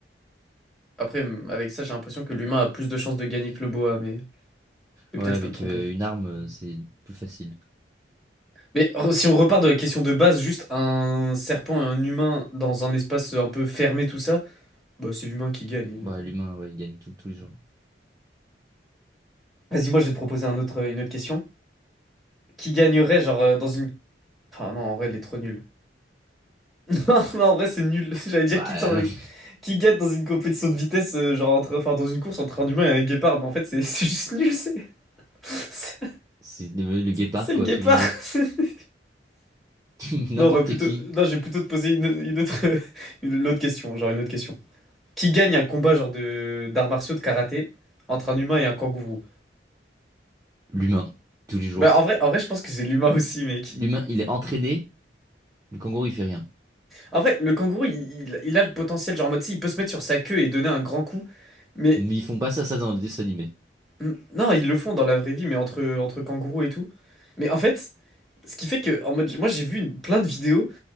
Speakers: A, in the centre; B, on the right.
A: Après, m- avec ça, j'ai l'impression que l'humain a plus de chances de gagner que le boa, mais, mais
B: avec
A: peut-être je peux me tromper.
B: euh, une arme, euh, c'est plus facile.
A: Mais re- si on repart de la question de base, juste un serpent et un humain dans un espace un peu fermé, tout ça. Bah, c'est l'humain qui gagne.
B: Bah, l'humain, ouais, il gagne tout- tous les jours.
A: Vas-y, moi je vais te proposer un autre, une autre question. Qui gagnerait, genre, euh, dans une. Enfin, non, en vrai, elle est trop nulle. <laughs> Non, non, en vrai, c'est nul. <laughs> J'allais dire
B: Bah,
A: qui, t'en-
B: euh, <laughs>
A: qui gagne dans une compétition de vitesse, euh, genre, entre... enfin, dans une course entre un humain et un guépard, mais en fait, c'est <laughs> c'est juste nul, c'est. <laughs> C'est
B: c'est le, le guépard,
A: c'est le
B: quoi,
A: guépard.
B: tous les jours.
A: <laughs>
B: <laughs> N'importe
A: Non, on va plutôt.
B: qui.
A: Non, je vais plutôt te poser une, une autre. <laughs> Une, autre question, genre, une autre question. Qui gagne un combat, genre, de d'arts martiaux, de karaté, entre un humain et un kangourou?
B: L'humain, tous les jours.
A: Bah, en vrai, en vrai, je pense que c'est l'humain aussi, mec.
B: L'humain, il est entraîné. Le kangourou, il fait rien.
A: En vrai, le kangourou, il, il- il a le potentiel, genre en mode, si, il peut se mettre sur sa queue et donner un grand coup. Mais
B: Mais ils font pas ça, ça dans les dessins animés.
A: n- non, ils le font dans la vraie vie, mais entre, entre kangourous et tout. Mais en fait, ce qui fait que, en mode, moi j'ai vu une- plein de vidéos